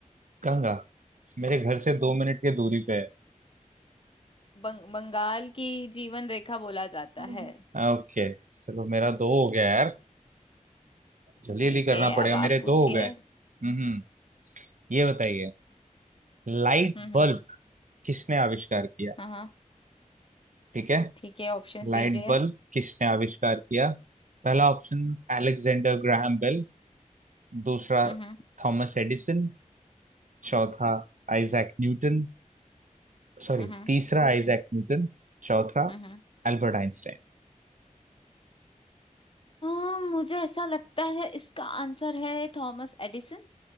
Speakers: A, on the right; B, on the left.
A: गंगा मेरे घर से दो मिनट की दूरी पे है
B: बंग, बंगाल की जीवन रेखा बोला जाता है
A: <laughs> ओके चलो मेरा दो हो गया यार जल्दी
B: ठीक
A: जल्दी करना
B: है
A: पड़ेगा
B: अब आप
A: मेरे
B: पूछिए
A: दो हो गए हम्म ये बताइए लाइट
B: हम्म हम्म
A: बल्ब किसने आविष्कार किया
B: हाँ हाँ
A: ठीक है
B: ठीक है ऑप्शंस
A: लाइट
B: दीजिए
A: बल्ब किसने आविष्कार किया पहला ऑप्शन अलेक्जेंडर ग्राहम बेल दूसरा
B: हम्म
A: थॉमस एडिसन चौथा आइजैक न्यूटन सॉरी
B: हम्म
A: तीसरा आइजैक न्यूटन चौथा
B: हम्म
A: एल्बर्ट आइंस्टाइन
B: हाँ मुझे ऐसा लगता है इसका आंसर है थॉमस एडिसन